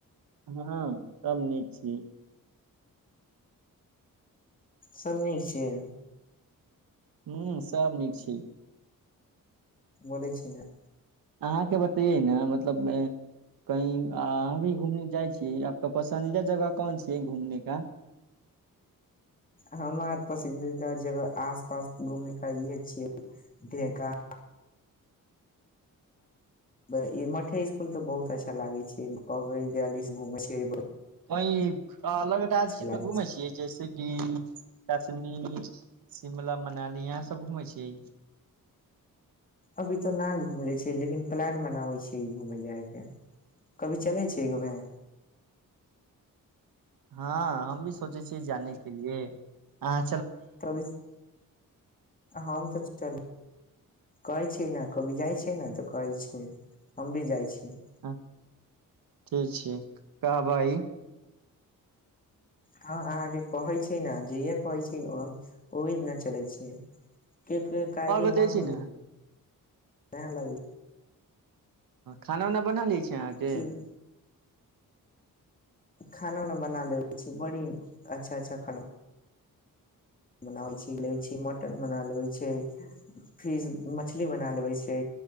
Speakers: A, on the right; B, on the left.
A: हँ सभ नीक छी
B: सभ नीक छियै
A: हू सब नीक छी
B: बोलै छिये
A: अहाँके बतैयै ने मतलब कही अहाँ भी घूम जाइ छियै आपके पसन्दीदा जगह कोन छे घूमने का
B: हमार पसन्दीदा जगह आसपास घूमयके इहे छियै ढा ह <inaudible> ई मठे स्कूल तऽ बहुत छै अच्छ <inaudible> <unintelligible> लागे छी
A: वहि अलग राज्यमे
B: लागे
A: घुमेै
B: छै
A: छियै जैसे कि कश्मीर शिमला मनाली यहाँ सब घुमै छी
B: अभी तऽ नैय घूम लै छै लेकिन प्लेन बनाबै छि घूमेय जायके कभी चलै छै घूमेय
A: हँ हम भी सोचे छियै जाने के लिए अह
B: तभि हम तऽ च कहै छियै ने कभी जाइ छियै ने तऽ कहै छियै हम भी जाइ छी <inaudible>
A: हँ ठीक छिये का भाई
B: हँ अहाँके कहै छै ने जे कहै छै ओहि दिना चलै छैै की कइ काई
A: आओर
B: के
A: बतै
B: मन
A: छी ने
B: केहेन लागै
A: खाना उना बना लि छी अहाँके
B: ह्म खाना उना बना लेबै छी बड़ी अच्छा अच्छा खाना बनाबै छी लै छी मटन बना लेबै छी फिस मछली बना लेबै छी